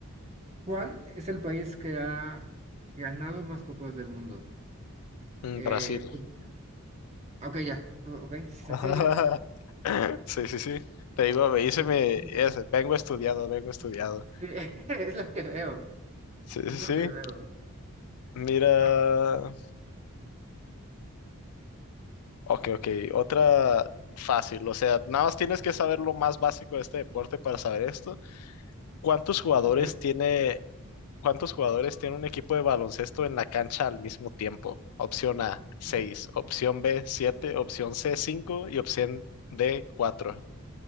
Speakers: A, on the right; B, on the left.
A: ¿cuál es el país que ha ganado más copas del mundo?
B: Mm,
A: Eh,
B: Brasil.
A: fútbol. ok, ya, ok, sencillo.
B: <laughs> Sí, sí, sí. Te digo, me hice
A: Sencillo.
B: mi... ese, vengo estudiado, vengo estudiado.
A: Sí, <laughs> es lo que veo,
B: Sí,
A: es
B: sí, sí.
A: lo que veo.
B: Mira.
A: Ah,
B: Ok, ok. Otra fácil, o sea, nada más tienes que saber lo más básico de este deporte para saber esto. ¿Cuántos jugadores
A: ok,
B: tiene, cuántos jugadores tiene un equipo de baloncesto en la cancha al mismo tiempo? Opción A, seis.
A: ok.
B: opción B, 7. opción C, 5. y opción D, 4.